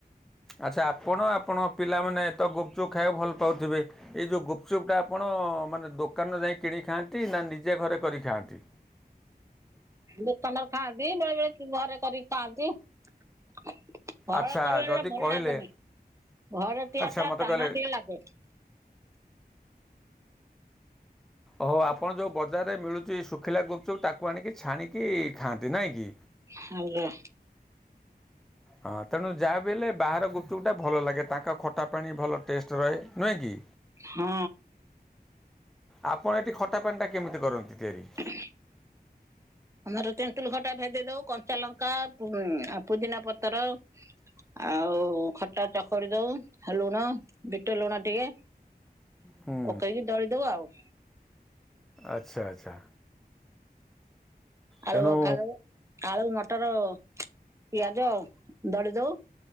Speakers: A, in the centre; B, on the right (about 15°).
A: ଆଚ୍ଛା ଆପଣ ଆପଣ ପିଲାମାନେ ତ ଗୋପଚୁପ୍ ଖାଇବାକୁ ଭଲ ପାଉଥିବେ। ଏଇ ଯ ଗୁପୁଚୁପୁଟା ଆପଣ ମାନେ ଦୋକାନରେ ଯାଇ କିଣି ଖାଆନ୍ତି ନା ନିଜେ ଘରେ କରି ଖାଆନ୍ତି।
B: ଦୋକାନରେ ଖାଆନ୍ତି ନହେଲେ ଘରେ କରିକି ଖାଆନ୍ତି। <unintelligible> ଘରେ
A: ଆଚ୍ଛା
B: କରଲେ
A: ଯଦି
B: ଭଲ
A: କହିଲେ
B: ଲାଗେନି ଘରେ ତିଆ
A: ଆଚ୍ଛା
B: ଟା
A: ମୋତେ
B: ଟାଣ
A: କହିଲେ
B: ଟିକେ ଲାଗେ।
A: ଓ ହଉ ଆପଣ ଯୋଉ ବଜାରରେ ମିଳୁଛି ଶୁଖିଲା ଗୁପୁଚୁପୁ ତାକୁ ଆଣିକି ଛାଣିକି ଖାଆନ୍ତି ନାହିଁ କି।
B: ହାଉଲ।
A: ହଁ ତେଣୁ ଯାହାବି ହେଲେ ବାହାର ଗୁପୁଚୁପୁଟା ଭଲ ଲାଗେ ତାଙ୍କ ଖଟା ପାଣି ଭଲ ଟେଷ୍ଟ ରହେ ନୁହେଁ କି।
B: ହଁ।
A: ଆପଣ ଏଠି ଖଟା ପାଣି ଟା କେମିତି କରନ୍ତି ତିଆରି।
B: <unintelligible> ଆମର ତେନ୍ତୁଲୁ ଖଟା ଭେଦେଇ ଦଉ କଞ୍ଚା ଲଙ୍କା ପୁଦିନା ପତର। ଆଉ ଖଟା ଚକଡି ଦଉ ଲୁଣ ବିଟ ଲୁଣ ଟିକେ।
A: ହୁଁ
B: ପକେଇକି ଦଳିଦବୁ ଆଉ।
A: ଆଚ୍ଛା ଆଚ୍ଛା। ତେଣୁ
B: ଆଳୁ ଭକାନୁ। ଆଳୁ ମଟର ପିଆଜ ଦଳି ଦଉ